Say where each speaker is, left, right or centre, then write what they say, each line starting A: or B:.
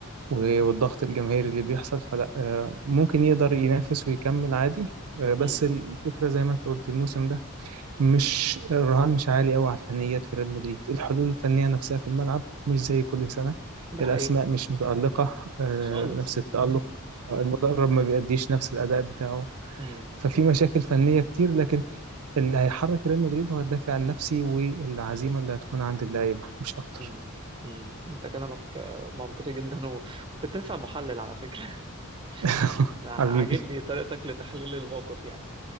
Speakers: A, on the right (about 70°); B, on the right (about 20°).
A: و-
B: امم
A: والضغط الجماهيري اللي بيحصل فلا آه، ممكن يقدر ينافس ويكمل عادي آه، بس
B: امم
A: الفكرة زي ما انت قلت الموسم ده مش الرهان مش عالي قوي على الفنيات في ريال مدريد الحلول الفنية نفسها في الملعب مش زي كل سنة
B: ده
A: الأسماء
B: حقيقي
A: مش متألقة آه،
B: خالص
A: نفس التألق
B: <laughs> مم. مم.
A: المدرب ما بيأديش نفس الأداء بتاعه
B: مم.
A: ففي مشاكل فنية كتير لكن اللي هيحرك ريال مدريد هو الدافع النفسي والعزيمة اللي هتكون عند اللعيبة مش أكتر
B: مم. مم. انت كلامك آه، منطقي جدا و... وانت بتنفع محلل على فكرة
A: <laughs>
B: <laughs> انا عاجبني
A: حبيبي
B: طريقتك لتحليل الموقف يعني